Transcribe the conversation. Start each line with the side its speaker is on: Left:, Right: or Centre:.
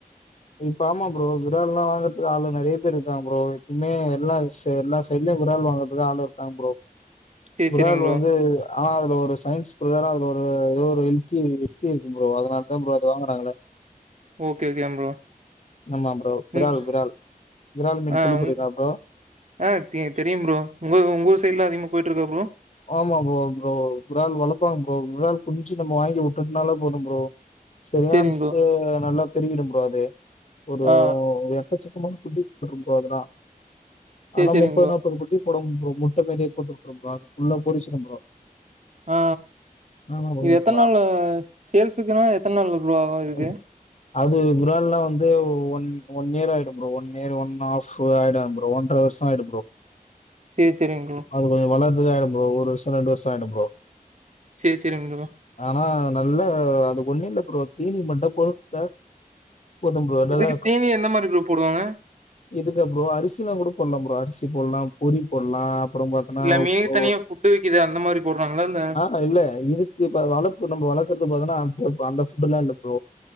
Left: இப்ப ஆமா ப்ரோ விரால் எல்லாம் வாங்கறதுக்கு ஆளு நெறைய பேரு இருக்காங்க ப்ரோ எப்பமே எல்லா ஸ் எல்லா செல்ல விரால் வாங்கறதுக்கு ஆள் இருக்காங்க ப்ரோ
Right: சேரி
Left: விரால்
Right: சேரிங்க ப்ரோ
Left: வந்து ஆனா அதுல ஒரு சயின்ஸ் பிறகார அதுல ஒரு ஏதோ ஒரு ஹெல்தி வெல்தி இருக்கு ப்ரோ அதனால தா ப்ரோ அது வாங்குறாங்களே
Right: ஓகே ஓகே ப்ரோ
Left: ஆமா ப்ரோ.
Right: ம்
Left: விரால் விரால். விரால் மீன்
Right: ஆ
Left: கேள்விப்பட்டிருக்கீங்களா
Right: உ
Left: ப்ரோ
Right: ஆஹ் தெரியும் ப்ரோ உங்க உங்க ஊ சைடு எலாம் அதிகமா போயிட்டு இருக்கா ப்ரோ
Left: ஆமா ப்ரோ ப்ரோ விரால் வளப்பங்க ப்ரோ விரால் குஞ்சும்ம வாங்கி விட்டுனால போதும் ப்ரோ சரியானுஸ்க்கு
Right: சேரிங்க ப்ரோ
Left: நல்லா தெரிகிடும் ப்ரோ அது ஒரு
Right: ஆ
Left: <inaudible> <inaudible> <inaudible> <inaudible> ப்ரோ அதெல்லாம்
Right: சேரி
Left: ஆனா
Right: சேரிங்க
Left: முப்பது
Right: ப்ரோ
Left: நாப்பது குட்டி போடும் ப்ரோ முட்ட மேறியே <unintelligible> <inaudible> உள்ள பொறிச்சுரும் ப்ரோ
Right: ஆ
Left: ஆமா ப்ரோ
Right: இது எத்த நாள் சேல்ஸ்க்குன்னா எத்த நாள் ப்ரோ ஆகு இதுக்கு
Left: <unintelligible> அது இரால்லாம் வந்து ஒன் ஒன் இயர் ஆயிடும் bro one year one half ஆயிடும் ப்ரோ ஒன்ற வருஷ ஆயிடும் ப்ரோ
Right: சேரி சேரிங்க ப்ரோ
Left: அது கொஞ்சம் வளரதுக்கு ஆயிடும் ப்ரோ ஒரு வருஷம் ரெண்டு வருஷம் <unintelligible> ப்ரோ
Right: சேரி சேரிங்க ப்ரோ
Left: ஆனா நல்ல அது ஒன்னு இல்ல ப்ரோ தீனி மட்ட போ டா <unintelligible> போதும் ப்ரோ நல்லா
Right: இதுக்கு
Left: இருக்கும்
Right: தீனி எந்த மாரி ப்ரோ போடுவாங்க
Left: இதுக்கா ப்ரோ அரிசிலா ஒரு பண்ண ப்ரோ சி போடலா புரி போடலா அப்புற பாத்துன்னா
Right: இல்ல மீனுக்கு
Left: ஓ
Right: தனியா ஃபுட்டு விக்குது அந்த மாரி போடுறாங்களா இல்ல
Left: ஆஹா இல்ல இதுக்குப் வளத்து நம்ம வளர்க்கறது பாத்தனா <unintelligible> அந்த ஃபுட்டெல்லா இல்ல ப்ரோ